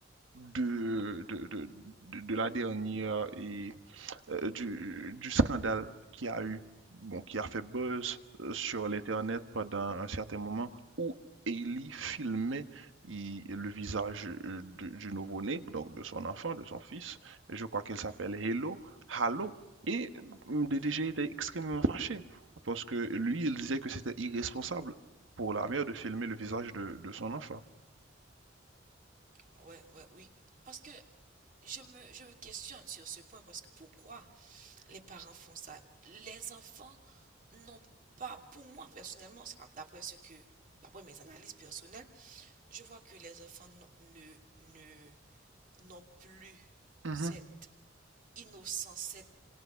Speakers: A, on the right; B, on the right.
A: de, de, de, de de la dernière... euh, du, du scandale qui a eu, bon, qui a fait buzz euh, sur l'Internet pendant un certain moment où Hailey filmait il- le visage euh, de- du nouveau-né, donc de son enfant, de son fils. Je crois qu'elle
B: Mhm,
A: s'appelle Hello, Halo. Et euh, le DDG
B: mhm.
A: était extrêmement fâché parce que lui, il disait que c'était irresponsable pour la mère de filmer le visage de, de son enfant.
B: Ouais, ouais, oui. Parce que je me, je me questionne sur ce point parce que pourquoi les parents font ça? Les enfants n'ont pas, pour moi personnellement, ça, d'après ce que, d'après mes analyses personnelles, je vois que les enfants n'ont- ne, ne, n'ont plus
A: Mhm.
B: cette innocence, cette,